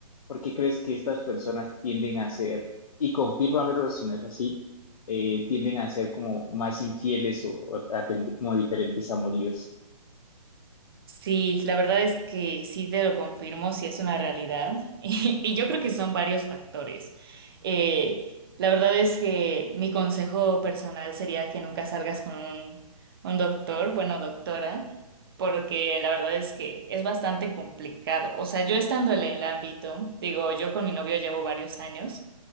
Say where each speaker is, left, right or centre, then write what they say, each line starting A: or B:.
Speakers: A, on the left; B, on the right.
A: ¿Por qué crees que estas personas tienden a ser, y confírmamelo si no es así, eh, tienden a ser como más infieles o, o a tener como diferentes amoríos?
B: Sí, la verdad es que sí te lo confirmo, sí es una realidad. <laughs> Y, y yo creo que son varios factores. Eh, la verdad es que mi consejo personal sería que nunca salgas con un, un doctor, bueno, doctora, porque la verdad es que es bastante complicado. O sea, yo estando en el ámbito, digo, yo con mi novio llevo varios años.